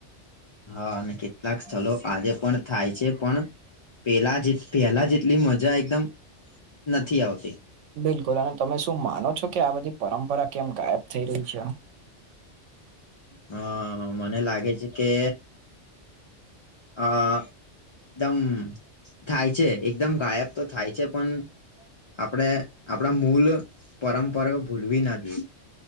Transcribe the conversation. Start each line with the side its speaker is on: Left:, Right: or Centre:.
Left: હા, અને કેટલાક સ્થળ આજે પણ થાય છે, પણ પેલા જે પેલા જેટલી મજા એકદમ નથી આવતી.
Right: બિલકુલ અને તમે શું માનો છો કે આ બધી પરંપરા કેમ ગાયબ થઈ રહી છે?
Left: હ મને લાગે છે કે અ એકદમ થાય છે. એકદમ ગાયબ તો થાય છે, પણ આપડે આપણા મૂલ પરંપરાઓ ભૂલવી ના જોઈએ.